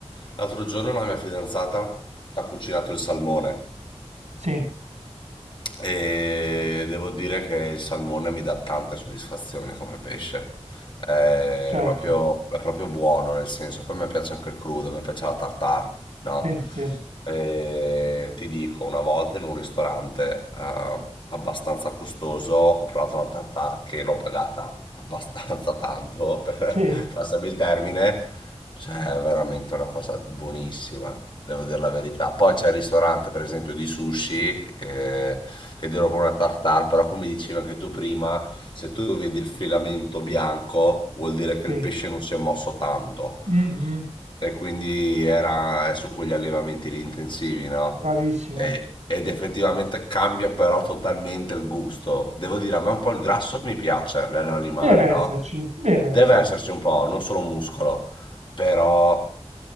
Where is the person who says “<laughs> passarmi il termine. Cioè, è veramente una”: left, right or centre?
Left